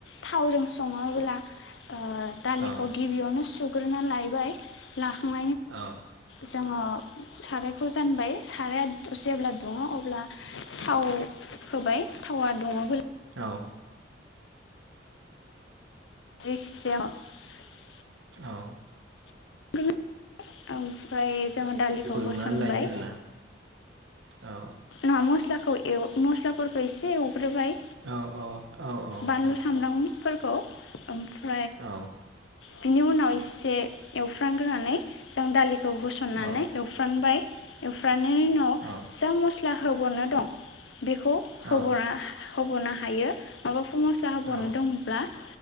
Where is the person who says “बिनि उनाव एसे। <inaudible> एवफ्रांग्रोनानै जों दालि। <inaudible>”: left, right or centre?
Left